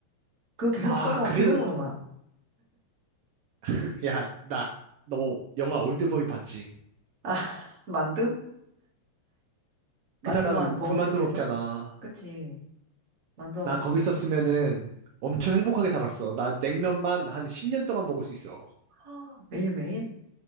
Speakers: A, on the right; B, on the right.
A: 그거 계속
B: 아,
A: 똑같은 거
B: 그래도,
A: 계속 먹는 거야.
B: <clears throat> 야, 나, 너 영화 올드보이 봤지?
A: 아, <laughs> 만두? 만두만
B: 그 사람
A: 먹을
B: 군만두
A: 수 있겠어?
B: 먹잖아.
A: 그치. 만두만
B: 나
A: 먹을
B: 거기
A: 수 있겠어?
B: 있었으면은 엄청 행복하게 살았어. 나 냉면만 한 10년 동안 먹을 수 있어.
A: <gasps> 매일매일?